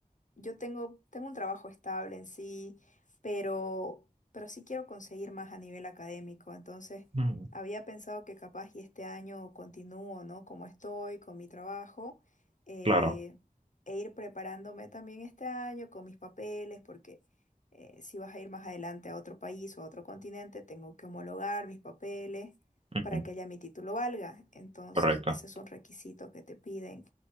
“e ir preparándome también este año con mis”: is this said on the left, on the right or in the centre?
Left